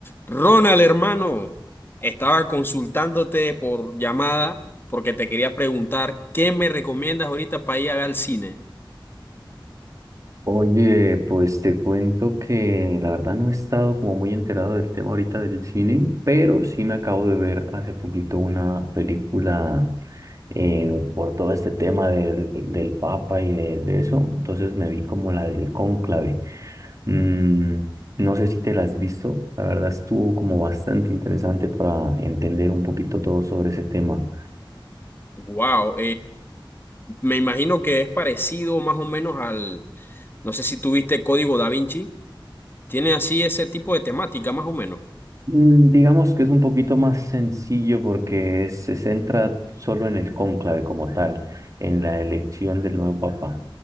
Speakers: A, on the left (about 25°); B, on the right (about 40°).
A: Ronald, hermano, estaba consultándote por llamada porque te quería preguntar qué me recomiendas ahorita para ir a ver al cine.
B: Oye, pues te cuento que la verdad no he estado como muy enterado del tema ahorita del cine, pero sí me acabo de ver hace poquito una película eh, por todo este tema del, del Papa y de, de eso, entonces me vi como la del Cónclave. Mm, no sé si te la has visto, la verdad estuvo como bastante interesante para entender un poquito todo sobre ese tema.
A: Wow, me imagino que es parecido más o menos al, no sé si tuviste Código Da Vinci, tiene así ese tipo de temática más o menos.
B: Mm, Digamos que es un poquito más sencillo porque se centra solo en el cónclave como tal, en la elección del nuevo papa.